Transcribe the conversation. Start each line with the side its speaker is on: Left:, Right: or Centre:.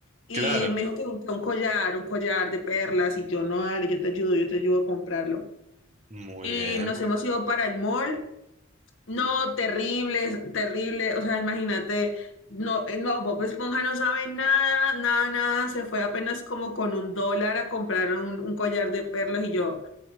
Left: Y
Right: claro.
Left: me dijo que un, que un collar, un collar de perlas, y yo, no, dale, yo te ayudo, yo te ayudo a comprarlo.
Right: Muy
Left: Y
Right: bien,
Left: nos
Right: muy
Left: hemos
Right: bien.
Left: ido para el mall no, terrible, terrible. O sea, imagínate, no, eh, no, Bob Esponja no sabe nada, nada, nada. Se fue apenas como con un dólar a comprar un, un collar de perlas y yo,